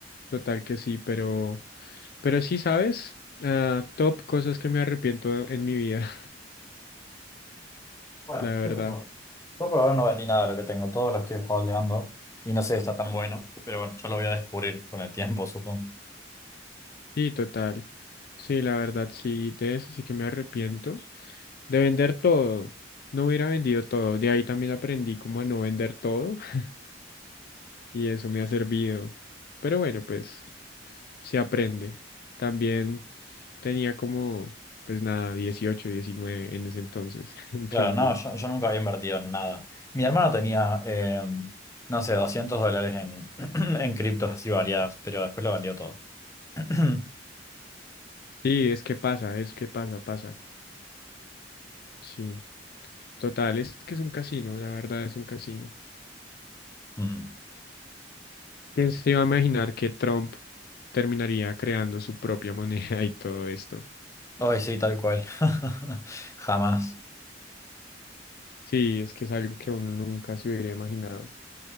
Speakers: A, on the left; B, on the left.
A: total que sí, pero, pero sí, ¿sabes? Ah, top cosas que me arrepiento en mi vida,
B: Bueno,
A: <laughs> la verdad.
B: qué sé yo. Yo por ahora no vendí nada de lo que tengo, todo lo estoy holdeando y no sé si está tan bueno, pero bueno, yo lo voy a descubrir con el tiempo, supongo.
A: Sí, total. Sí, la verdad, sí, de eso sí que me arrepiento. de vender todo. No hubiera vendido todo. De ahí también aprendí como a no vender todo <laughs> y eso me ha servido. Pero bueno, pues se aprende. También tenía como, pues nada, 18 19 en ese entonces. <laughs> Entonces,
B: Claro, no, yo, yo nunca había invertido en nada. Mi hermano tenía, eh, no sé, 200 dólares en, <clears throat> en criptos así variadas, pero después lo vendió todo. <clears throat>
A: sí, es que pasa, es que pasa, pasa. Sí, total, es que es un casino, la verdad es un casino.
B: Mm.
A: ¿Quién se iba a imaginar que Trump terminaría creando su propia moneda <laughs> y todo esto?
B: Ay, sí, tal cual. <laughs> Jamás.
A: Sí, es que es algo que uno nunca se hubiera imaginado.